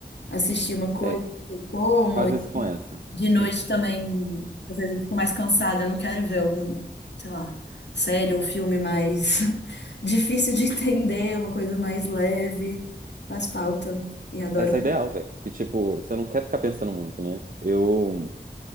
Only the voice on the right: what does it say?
Véi,
faz isso com essa.
Hum.
Essa é ideal, velho. Que tipo, você não quer ficar pensando muito, né? Eu.